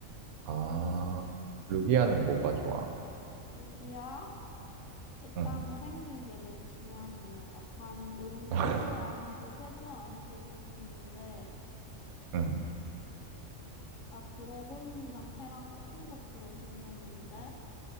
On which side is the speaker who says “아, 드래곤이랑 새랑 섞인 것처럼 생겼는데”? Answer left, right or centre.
Left